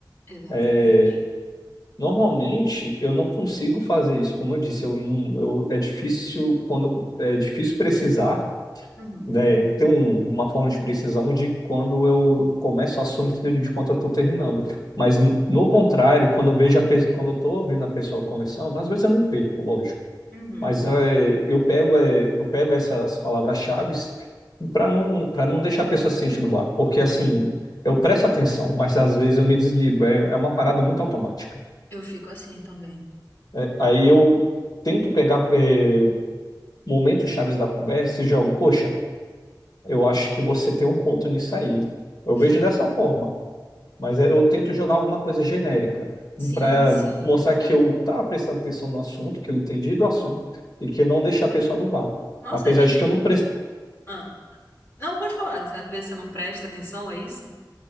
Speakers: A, on the left; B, on the left.
A: Exatamente.
B: É, Normalmente eu não consigo fazer isso, como eu disse, eu não, eu, é difícil quando é difícil precisar.
A: Uhum.
B: né, ter um- uma forma de precisão de quando eu começo o assunto e de quando eu estou terminando. Mas, no, no contrário, quando eu vejo a pe- quando eu estou ouvindo a pessoa conversando, às vezes eu me perco, lógico.
A: Uhum.
B: Mas é, eu pego, é, eu pego essas palavras-chave para não, para não deixar a pessoa se sentindo no vácuo. Porque, assim,
A: Sim.
B: eu presto atenção, mas às vezes eu me desligo. É, é uma parada muito automática.
A: Eu fico assim também.
B: É, aí eu tento pegar, é, momentos chaves da conversa e jogo, poxa. Eu acho que você tem um ponto nisso aí. Eu
A: <laughs>
B: vejo dessa forma, mas é, eu tento jogar alguma coisa genérica
A: Sim,
B: para
A: sim.
B: mostrar que eu estava prestando atenção no assunto, que eu entendi do assunto e que não deixar a pessoa no vácuo.
A: Nossa,
B: Apesar
A: a gente.
B: de que eu não prestei.
A: Ah. Não, pode falar. Sabe, ver se você não presta atenção, é isso?